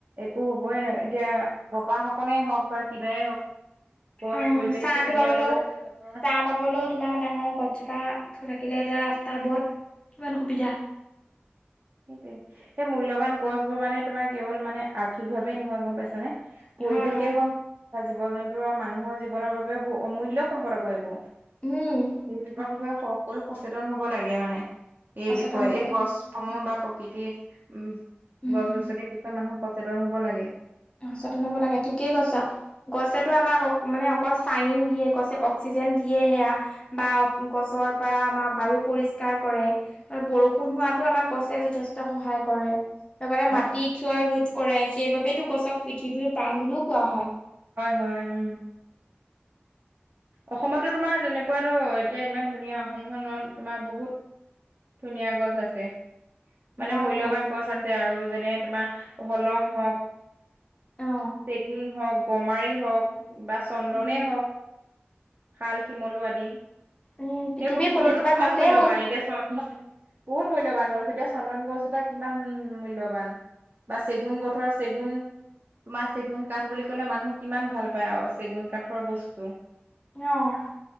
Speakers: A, on the right; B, on the left.
A: একো হবই নোৱাৰে! এতিয়া বতাহ অকনে হওক বা কিবাই হওক গছ
B: অ
A: পৰিৱেশটো
B: চাহ টো
A: ধুনীয়া
B: পাবলও!
A: কৰিবলৈ হ'লে গছৰ
B: চাহ পাবলও তোমাৰ ডাঙৰ গছ কিবা থাকিলে এতিয়া ৰাস্তা বোৰত কিমান সুবিধা।
A: সেইটোৱে সেই মূল্যবান গছ বোৰ মানে তোমাৰ কেৱল মানে আৰ্থিক ভাৱেই নহয়! গম পাইছানে। পৰিৱেশেই
B: হয় হয়
A: হওক, জীৱ-জন্তু আৰু মানুহৰ জীৱনৰ বাবেও ব অমূল্য সম্পদ আকৌ এইবোৰ।
B: উম
A: এইবিলাকৰ বিষয়ে সকলো সচেতন হব লাগে মানে! এই
B: সচেতন
A: বিষয়ে
B: হ'ব
A: এই
B: লাগে
A: গছ সমূহ বা প্ৰকৃতিৰ উম
B: উম
A: গছ গছনিৰ বিষয়ে মানুহ সচেতন হব লাগে।
B: সচেতন হব লাগে! ঠিকেই কৈছা। গছেেতো আমাক মানে অকল চাইন দিয়ে, গছে অক্সিজেন দিয়ে, সেইয়া বা গছৰ পৰা আমাৰ বায়ু পৰিষ্কাৰ কৰে। বৰষুণ হোৱাতো আমাক গছে যথেষ্ট সহায় কৰে। লগতে
A: হয়
B: মাটি ক্ষয় ৰোধ কৰে, সেইবাবেতো গছক পৃথিৱীৰ প্ৰাণ বুলিও কোৱা হয়।
A: হয়, হয়, উম! অসমতো তোমাৰ তেনেকুৱাতো এতিয়া ইমান ধুনীয়া অসমখনত তোমাৰ বহুত ধুনীয়া গছ আছে। মানে
B: হয়
A: মূল্যবান
B: হয়
A: গছ যাতে, আৰু যেনে তোমাৰ হলং হওক,
B: অ
A: চেগুন হওক, গমাৰি হওক, বা চন্দনে
B: উম
A: হওক। শাল, শিমলু আদি
B: উম পৃথিৱীৰ
A: সেই গছবোৰতো
B: প্ৰতিজোপা
A: কিমান
B: গছেই
A: মূল্যবান! এতিয়া চোৱা বহুত মূল্যবান গছ এতিয়া চন্দন গছজোপা কিমান উ মূল্যবান। বা চেগুন গঠৰ চেগুন! তোমাৰ চেগুন কাঠ বুলি ক'লে মানুহ কিমান ভাল পায় আৰু চেগুন কাঠৰ বস্তু।
B: অ,